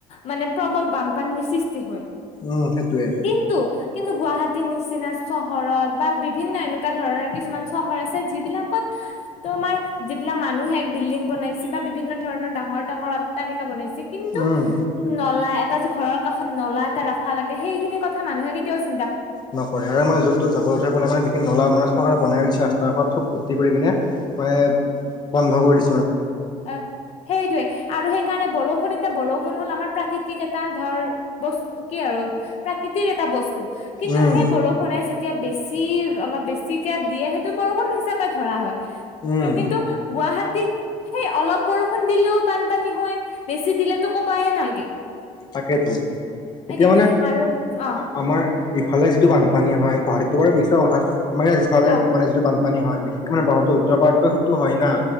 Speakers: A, on the left (about 50°); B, on the left (about 30°).
A: মানে প্ৰবল বানপানীৰ সৃষ্টি হয়।
B: উম সেইটোৱে।
A: কিন্তু কিন্তু গুৱাহাটীৰ নিচিনা চহৰত বা বিভিন্ন এনেকুৱা ধৰণৰ কিছুমান চহৰ আছে যিবিলাকত তোমাৰ যিবিলাক মানুহে বিল্ডিং বনাইছে বা বিভিন্ন ধৰণৰ ডাঙৰ ডাঙৰ অট্টালিকা বনাইছে কিন্তু
B: উম
A: নলা এট তাত যে ঘৰৰ কাষত নলা এটা ৰাখা লাগে সেইখিনি কথা মানুহে কেতিয়াও চি
B: নকৰে আৰু মানে য'ত তত জাবৰ উঠাই পেলাই মানে যিখিনি নলা মানে চৰকাৰে বনাইও দিছে ৰাস্তাৰ কাষত চব ভৰ্ট্টি কৰি কেনে মানে বন্ধ কৰি দি
A: অ' সেইটোৱে আৰু সেইকাৰণে বৰ ষুন এটা বৰষুণ হ'ল আমাৰ প্ৰাকৃতিক এটা ধৰ বস্ত কি আৰু প্ৰাকৃতিক এটা বস্তু। কিন্তু
B: উম
A: সেই বৰষুণে যেত‌ তিয়া বেছি অলপ বেছিকে দিয়ে সেইটো বৰষুণ হিচাপে ধৰা হয়।
B: উম
A: ত কিন্তু গুৱাহাটী সেই অলপ বৰষুণ দিলেও বানপানী হয় বেছি দিলেতো কবাই নালগে।
B: তাকেতো
A: সেইটোৱে
B: এতিয়া মানে
A: আৰু অ
B: আহ আমাৰ ইফালে যি টো বানপানী হয় গুৱাহাটীতটো বাৰু পিছৰ কথা, মানে যিফালে
A: অ
B: মানে যিটো বান পানী হয় বিশেষকে মানে ব্ৰহ্মপুত্ৰৰ উত্তৰ পাৰতটো সিটো হয়ে না,